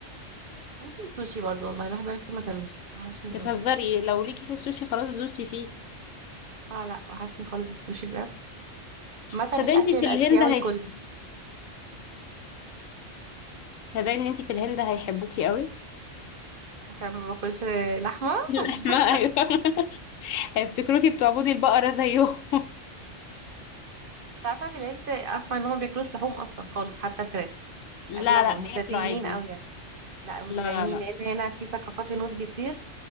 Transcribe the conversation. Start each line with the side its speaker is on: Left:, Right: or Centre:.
Right: ممكن سوشي برضو والله الواحد بقاله كتير ما اكلوش وحشني
Left: بتهزري
Right: خالص
Left: لو ليكي في السوشي خلاص دوسي فيه
Right: اه لا وحشني خالص السوشي بجد مثلا
Left: صدقني
Right: الاكل
Left: انت
Right: الاسيوي
Left: في الهند هيحب
Right: كله
Left: صدقني انت في الهند هيحبوكي قوي
Right: عشان ما باكلش لحمه <laughs>
Left: اللحمة ايوه <laughs> هيفتكروكي بتعبدي البقرة زيهم
Right: بس عارفه في الهند اسمع ان هم ما بياكلوش لحوم اصلا خالص حتى الفراخ
Left: لا
Right: اغلبهم
Left: لا بياكلوا
Right: متدينين
Left: عادي
Right: قوي يعني. لا المتدينين
Left: لا لا لا
Right: لان هنا في ثقافات هنود كتير